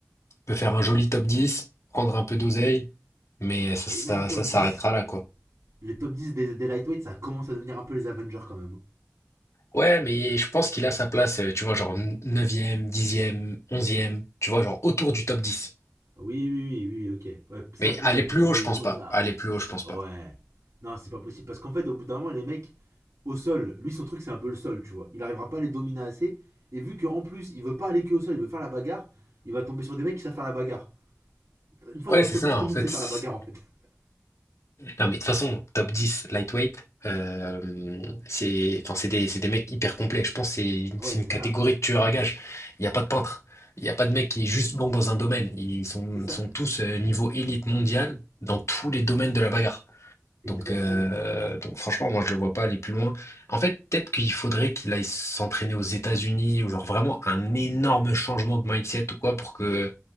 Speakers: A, on the left; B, on the right.
A: peut faire un joli top 10, prendre un peu d'oseille, mais ça,
B: Et
A: ça,
B: même top
A: ça s'arrêtera
B: 10,
A: là, quoi.
B: Les top 10 des, des lightweights, ça commence à devenir un peu les Avengers quand même.
A: Ouais, mais je pense qu'il a sa place, euh, tu vois, genre neuvième, dixième, onzième. tu vois, genre autour du top 10.
B: Oui, oui, oui, oui, ok. Ouais, ça
A: Mais
B: peut-être,
A: aller plus haut,
B: mais
A: je pense
B: au-delà.
A: pas. Aller plus haut, je pense pas.
B: Ouais. Non, c'est pas possible. Parce qu'en fait, au bout d'un moment, les mecs, au sol, lui, son truc, c'est un peu le sol, tu vois. Il arrivera pas à les dominer assez. Et vu qu'en plus, il veut pas aller que au sol, il veut faire la bagarre, il va tomber sur des mecs qui savent faire la bagarre. Une fois
A: Ouais,
B: que dans
A: c'est
B: le top
A: ça,
B: dix tout
A: en
B: le
A: fait.
B: monde sait faire la bagarre, en fait. <laughs>
A: Non, mais de toute façon, top 10 lightweight, euh, c'est, enfin, c'est des, c'est des mecs hyper complets. Je pense que c'est une,
B: Ouais,
A: c'est une
B: c'est
A: catégorie
B: ça.
A: de tueurs à gages. Il n'y a pas de peintre. Il n'y a pas de mec qui est juste bon dans un domaine. Ils sont,
B: C'est ça,
A: sont tous euh, niveau élite mondiale dans tous les domaines de la bagarre.
B: exactement.
A: Donc, euh, donc franchement, moi, je le vois pas aller plus loin. En fait, peut-être qu'il faudrait qu'il aille s'entraîner aux États-Unis ou genre vraiment un énorme changement de mindset ou quoi pour que,